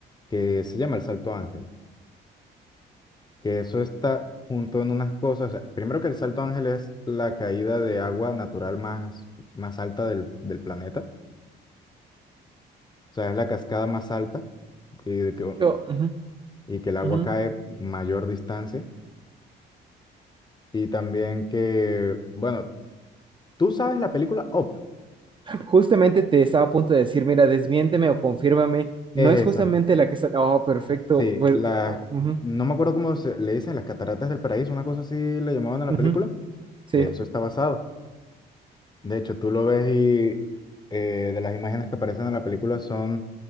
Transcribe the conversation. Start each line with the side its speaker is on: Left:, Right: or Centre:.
Left: que se llama el Salto Ángel. que eso está junto en unas cosas. o sea, primero que el Salto Ángel es la caída de agua natural más, más alta del, del planeta. O sea, es la cascada más alta y, de que,
Right: Yo, ujú,
Left: y, y que el agua
Right: ujú.
Left: cae mayor distancia. Y también que, bueno, tú sabes la película Up,
Right: Justamente te estaba a punto de decir, mira, desmiénteme o confírmame, no
Left: es
Right: es justamente
Left: esa.
Right: la que está, oh, perfecto,
Left: Sí,
Right: pues,
Left: la,
Right: ah, ujú,
Left: no me acuerdo cómo se, le dicen, las cataratas del paraíso, una cosa así le llamaban a la
Right: ujú.
Left: película.
Right: Sí,
Left: Eso está basado. De hecho, tú lo ves y eh, de las imágenes que aparecen en la película son